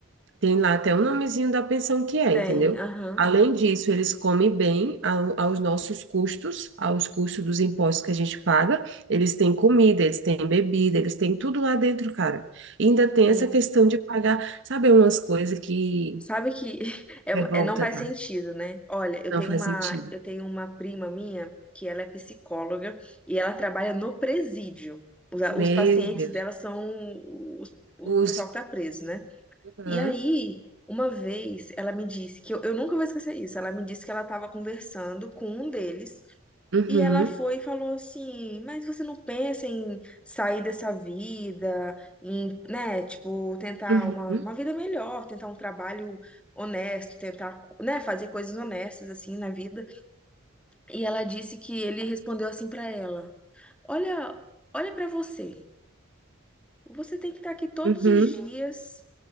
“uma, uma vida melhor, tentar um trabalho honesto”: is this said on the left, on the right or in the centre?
Centre